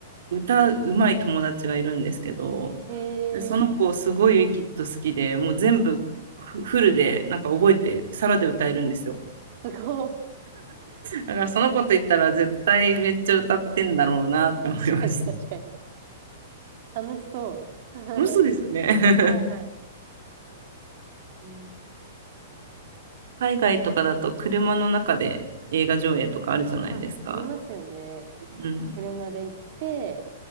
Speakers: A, on the right (about 70°); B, on the right (about 45°).
A: 歌うまい友達がいるんですけど、
B: え
A: その子すごいウィキッド好きで、
B: え、
A: もう全部フフルでなんか覚えて、サラで歌えるんですよ。
B: すごい。
A: だからその子と行ったら絶対めっちゃ歌ってんだろうなって思いました。
B: <laughs> 確かに、確かに。楽しそう。<laughs>
A: 楽しそうですよね。
B: はい。えー、
A: <laughs> 海外とかだと車の中で映画上映とかあるじゃないですか。
B: あ、ありますよね。
A: うん。
B: 車で行って、